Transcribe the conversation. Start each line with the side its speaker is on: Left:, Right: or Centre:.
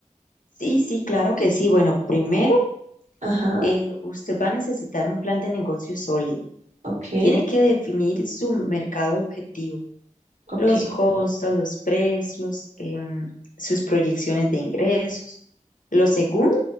Left: Sí, sí, claro que sí. Bueno, primero,
Right: Ajá,
Left: eh, usted va a necesitar un plan de negocio sólido.
Right: ok,
Left: Tiene que definir su mercado objetivo
Right: ok,
Left: los costos, los precios, em, sus proyecciones de ingresos. Lo segundo